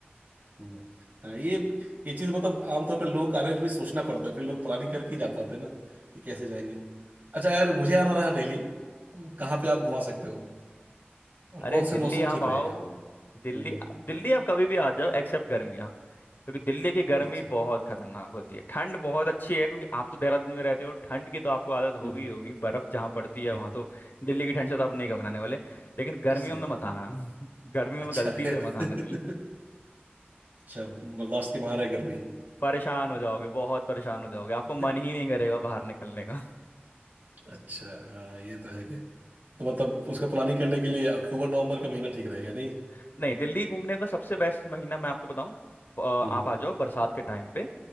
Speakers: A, on the right; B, on the left.
A: हम्म। <laughs> हाँ ये ये चीज मतलब आमतौर पे लोग आने में भी सोचना पड़ता है फिर लोग प्लानिंग करके ही जा पाते हैं ना कि कैसे जाएंगे अच्छा अगर मुझे आना रहा दिल्ली तो कहाँ पे आप घुमा सकते हो और
B: अरे
A: कौन
B: दिल्ली
A: से मौसम
B: आप
A: ठीक
B: आओ
A: रहेगा
B: दिल्ली
A: हम्म
B: दिल्ली आप कभी भी आ जाओ एक्सेप्ट गर्मियाँ क्योंकि दिल्ली की गर्मी
A: अच्छा
B: बहुत खतरनाक होती है ठंड बहुत अच्छी है क्योंकि आप तो देहरादून में रहते हो ठंड की तो आपको आदत
A: हम्म
B: होगी ही होगी
A: <laughs>
B: बर्फ जहाँ पड़ती है
A: जी
B: वहां
A: जी
B: तो दिल्ली की ठंड से तो आप नहीं घबराने वाले लेकिन गर्मियों
A: सही
B: में
A: बात
B: मत आना <laughs> गर्मियों
A: अच्छा
B: में गलती
A: है
B: से
A: <laughs>
B: मत आना दिल्ली
A: अच्छा बर्दाश्त के बाहर है गर्मी
B: परेशान हो जाओगे बहुत परेशान हो जाओगे आपको
A: <laughs>
B: मन ही नहीं करेगा बाहर निकलने का
A: अच्छा हाँ ये तो है कि तो मतलब उसका प्लानिंग करने के लिए अक्टूबर नवंबर का महीना ठीक रहेगा नहीं
B: <laughs> नहीं दिल्ली घूमने का सबसे बेस्ट महीना मैं आपको बताऊं अ, आप
A: हम्म हम्म,
B: आ जाओ बरसात के टाइम पे